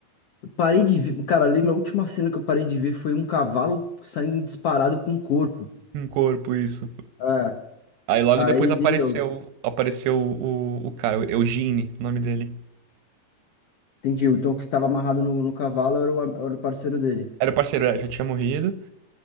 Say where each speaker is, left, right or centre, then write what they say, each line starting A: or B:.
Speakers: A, on the left; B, on the right.
A: Eu parei de ver. Cara, lembra a última cena que eu parei de ver foi um cavalo saindo disparado com o corpo.
B: Um corpo, isso.
A: É,
B: Aí logo
A: aí
B: depois apareceu,
A: dei me
B: apareceu o, o cara, o Eugene, o nome dele.
A: Entendi. Então o que tava amarrado no, no cavalo era o, am- era o parceiro dele.
B: Era o parceiro, é, já tinha morrido.